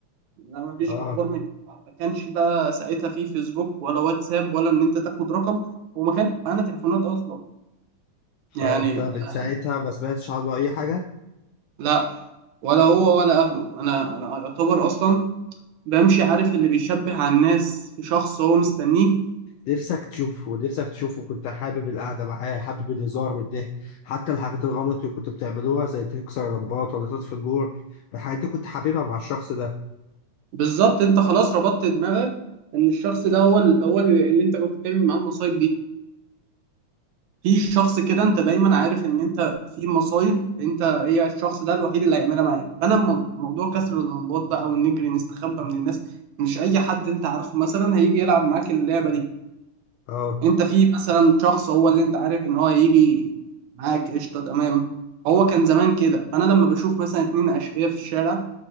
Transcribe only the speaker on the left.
اه
فانت
من
ساعتها ما سمعتش عنه اي حاجه
نفسك تشوفه نفسك تشوفه كنت حابب القعده معاه حابب الهزار والضحك حتى الحاجات الغلط اللي كنت بتعملوها زي تكسر لمبات ولا تطفي النور الحاجات دي كنت حاببها مع الشخص ده
اه